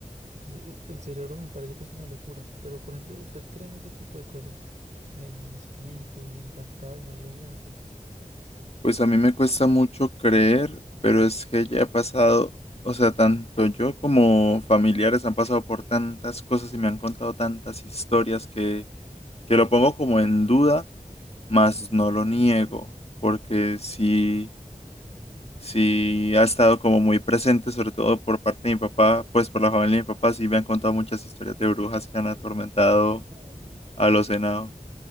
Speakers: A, on the right; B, on the left.
A: Es- es- el cerebro me parece que es una locura, pero por ejemplo, ¿usted cree en ese tipo de cosas? En espíritus y fantasmas y vainas así.
B: Pues a mí me cuesta mucho creer, pero es que ya he pasado, o sea, tanto yo como familiares han pasado por tantas cosas y me han contado tantas historias que, que lo pongo como en duda, mas no lo niego, porque sí, sí ha estado como muy presente, sobre todo por parte de mi papá, pues por la familia de mi papá, sí me han contado muchas historias de brujas que han atormentado
A: Uf.
B: a los enanos.